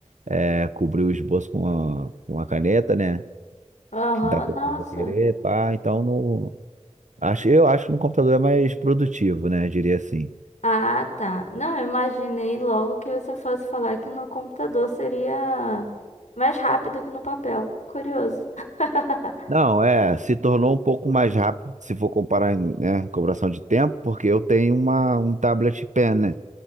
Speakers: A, on the right; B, on the left.
A: é, cobrir o esboço com uma, com uma caneta, né?
B: Aham,
A: Que dá pra
B: nossa.
A: eu querer, pá. Então no, acho, eu acho que no computador é mais produtivo, né? Eu diria assim.
B: Ah, tá. Não, eu imaginei logo que você fosse falar que no computador seria mais rápido que no papel. Curioso. <laughs>
A: Não, é, se tornou um pouco mais rápido, se for comparar em, né, cobração de tempo, porque eu tenho uma, um tablet pen, né?